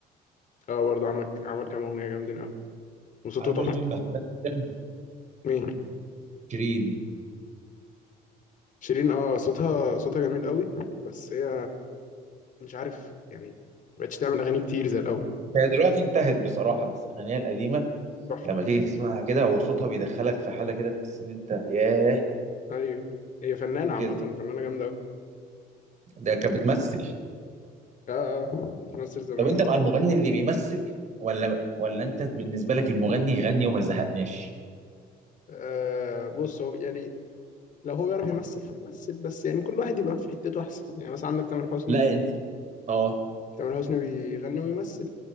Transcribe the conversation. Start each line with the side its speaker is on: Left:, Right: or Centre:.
Left: اه برضو عمل عمل كام اغنية جامدين قوي وصوته
Right: عارف
Left: تحفة
Right: برضه مين بحبها جدا
Left: مين
Right: شيرين
Left: شيرين اه صوتها صوتها جميل قوي بس هي مش عارف يعني ما بقتش تعمل اغاني كتير زي الاول
Right: هي دلوقتي انتهت بصراحه بس اغانيها القديمه
Left: تحفة
Right: لما تيجي تسمعها كده هو صوتها بيدخلك في حاله كده تحس ان انت ياه
Left: ايوه هي فنانة عامة
Right: كده
Left: فنانة جامدة قوي
Right: ده كانت بتمثل
Left: اه اه بتمثل زمان
Right: طب انت مع المغني اللي بيمثل ولا ولا انت بالنسبه لك المغني يغني وما يزهقناش
Left: آه بص هو يعني لو هو بيعرف يمثل فيمثل بس يعني كل واحد يبقى في حتته احسن يعني مثلا عندك تامر حسني
Right: لا انت اه
Left: تامر حسني بيغني ويمثل